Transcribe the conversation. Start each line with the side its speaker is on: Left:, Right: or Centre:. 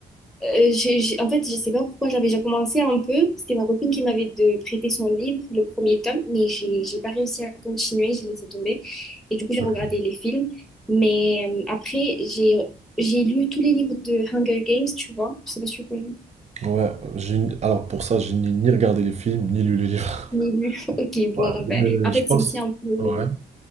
Centre: Euh, j'ai- j'ai- en fait, je sais pas pourquoi j'avais déjà commencé un peu. C'était ma copine qui m'avait de prêté son livre, le premier tome, mais j'ai j'ai pas réussi à continuer, j'ai laissé tomber. Et du coup, j'ai
Right: ok.
Centre: regardé les films. Mais euh, après, j'ai j'ai lu tous les livres de Hunger Games, tu vois. Je sais pas si tu connais.
Right: Ouais, j'ai, n- alors pour ça, j'ai ni, ni regardé les films, ni lu les livres.
Centre: Ni
Right: <laughs>
Centre: lu. <laughs> Ok,
Right: Ouais.
Centre: bon, ben,
Right: Mais
Centre: en
Right: je
Centre: fait,
Right: pense.
Centre: c'est aussi un peu.
Right: Ouais.